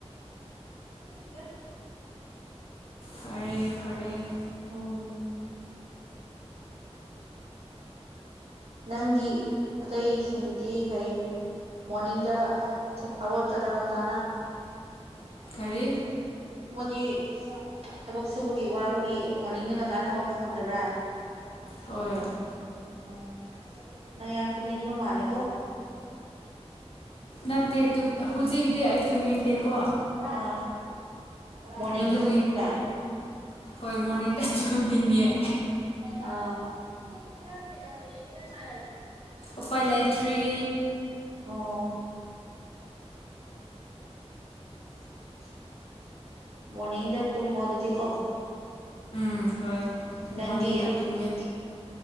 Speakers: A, on the right (about 65°); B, on the left (about 60°).
A: ꯝ ꯀꯗ
B: ꯐꯔꯦ ꯐꯔꯦ
A: ꯎꯝ ꯅꯪꯒꯤ ꯑꯇꯩꯁꯤꯡꯗꯨꯗꯤ ꯍꯌꯦꯡ ꯃꯣꯔꯅꯤꯡꯗ ꯍꯧꯒꯠꯀꯗ꯭ꯔꯥ ꯀꯟꯇꯥꯅ
B: ꯈꯔꯤ
A: ꯃꯣꯏꯗꯤ ꯊꯕꯛ ꯁꯨꯕꯒꯤ ꯋꯥꯕꯒꯤ ꯃꯣꯔꯅꯤꯡꯗ ꯉꯇꯥꯅ ꯍꯧꯒꯠꯄ ꯉꯝꯗꯕ꯭ꯔꯥ
B: ꯍꯣꯏ
A: ꯑꯣ ꯅ ꯌꯥꯝ ꯇꯨꯃꯤꯕ ꯃꯥꯂꯦꯀꯣ
B: ꯅꯠꯇꯦ ꯍꯧꯖꯤꯛꯇꯤ ꯑꯩ ꯇꯨꯝꯅꯤꯡꯗꯦꯀꯣ
A: ꯑꯥ ꯃꯣꯔꯅꯤꯡꯗ
B: ꯑꯗꯨ
A: ꯇꯨꯝꯅꯤꯡꯕ
B: ꯍꯣꯏ ꯃꯣꯔꯅꯤꯡ ꯇ ꯆꯝꯅꯤꯡꯉꯌꯦ
A: ꯑꯥ ꯍ ꯐꯔꯥꯁ ꯂꯩꯅ ꯈ
B: ꯎꯄꯥꯏ ꯂꯩꯇ꯭ꯔꯤ
A: ꯇ ꯄꯨ ꯑꯣ ꯎꯝ ꯃꯅꯤꯡꯗ ꯇꯃ ꯑꯗꯨꯗꯤ ꯀꯣ
B: ꯎꯝ ꯍꯣꯏ
A: ꯅꯪꯒꯤ
B: ꯃꯣꯔꯅꯤꯡꯗ ꯇꯨꯡꯒꯦ